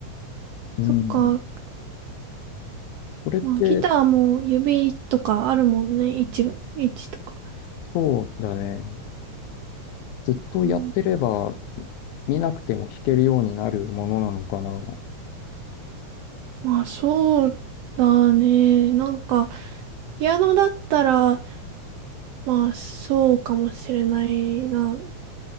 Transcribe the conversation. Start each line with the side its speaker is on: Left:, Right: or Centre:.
Left: うん。
Right: そっか。
Left: それって、
Right: まあ、ギターも指とかあるもんね。位置、位置とか。
Left: そうだね。ずっとやってれば、
Right: うん、
Left: 見なくても弾けるようになるものなのかな。
Right: まあ、そうだね。なんか、ピアノだったら、まあ、そうかもしれないな。